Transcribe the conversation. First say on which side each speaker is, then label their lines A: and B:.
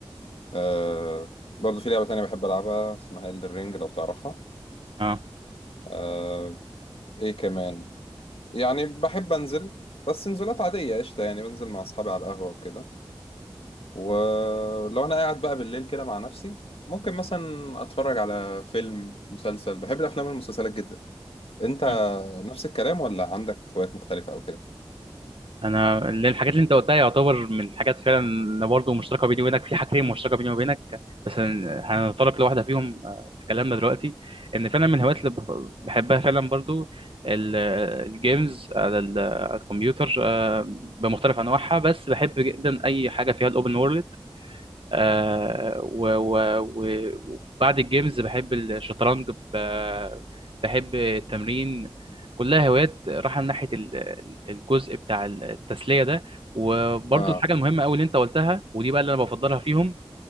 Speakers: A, on the left; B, on the right.
A: آه برضه في لعبة تانية بحب ألعبها اسمها إلدر رينج لو تعرفها
B: اه
A: آه إيه كمان يعني بحب أنزل بس نزولات عادية قشطة يعني بنزل مع أصحابي على القهوة وكده ولو أنا قاعد بقى بالليل كده مع نفسي ممكن مثلا أتفرج على فيلم مسلسل بحب الأفلام والمسلسلات جدا انت
B: مم.
A: طب نفس الكلام ولا عندك هوايات مختلفة أو كده؟
B: انا اللي الحاجات اللي انت قلتها يعتبر من الحاجات فعلا إن برضه مشتركه بيني وبينك في حاجتين مشتركه بيني وبينك بس هن- هنتطرق لواحده فيهم آه، في كلامنا دلوقتي ان فعلا من الهوايات اللي بف- بحبها فعلا برضه ال- الجيمز على ال- على الكمبيوتر آه، بمختلف انواعها بس بحب جدا اي حاجه فيها الاوبن وورلد آه، و- و- و- وبعد الجيمز بحب الشطرنج ب- بحب التمرين كلها هوايات رايحة ناحية ال- ال- الجزء بتاع التسلية ده وبرضه
A: آه
B: الحاجة المهمة أوي اللي أنت قلتها ودي بقى اللي أنا بفضلها فيهم